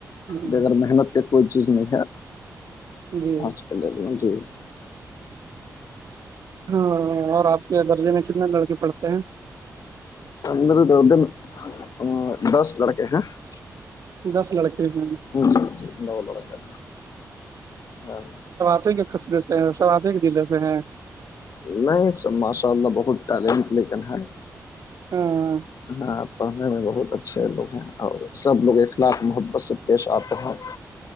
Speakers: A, on the right (about 60°); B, on the left (about 65°).
A: ہوں،
B: بغیر محنت کے کوئی چیز نہیں ہے
A: جی
B: آج پ م جی <unintelligible> <unintelligible>
A: ہاں اور آپ کے درجے میں کتنے لڑکے پڑتے ہیں
B: م اد دس لڑکے ہیں <unintelligible> <unintelligible>
A: دس لڑکے ہیں
B: ج ج ج ن لڑا ہاں
A: ف خصبے سے صوافے کے دلے سے ہیں
B: نہیں سب ماشاء اللہ بہت ٹیلنٹ لیکن ہے
A: ہاں
B: ہاں پڑھنے میں بہت اچھا چھ لوگ ہیں اور سب لوگ اخلاق محبت سے پیش آتے ہیں